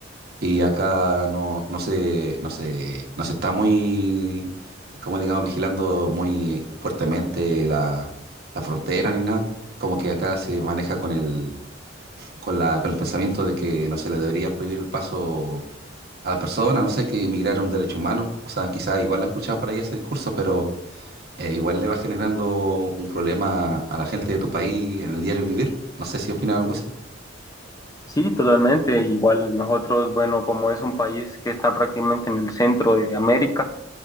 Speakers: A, on the right (about 55°); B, on the left (about 20°).
A: y acá no, no se, no se, no se está muy, como digamos, vigilando muy fuertemente la, la frontera ni nada. Como que acá se maneja con el, con la, con el pensamiento de que no se le debería prohibir el paso a las personas, no sé, que emigrar es un derecho humano. O sea, quizás igual lo he escuchado por ahí ese discurso, pero eh, igual le va generando un problema a la gente de tu país en el diario vivir. No sé si opinas algo así.
B: Sí, totalmente. Igual nosotros, bueno, como es un país que está prácticamente en el centro de América,